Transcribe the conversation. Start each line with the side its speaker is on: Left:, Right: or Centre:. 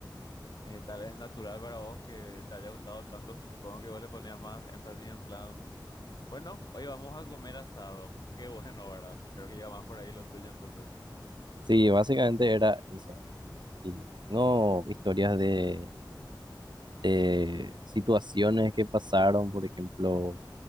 Left: Eh, tal vez es natural para vos que te haya gustado tanto. Supongo que vos le ponías más énfasis en plan, bueno, hoy vamos a comer asado. Qué <laughs> bueno, ¿verdad? Creo que ya más por ahí lo tuyo entonces.
Right: sí, básicamente era eso. Y tengo historias de, de situaciones que pasaron, por ejemplo,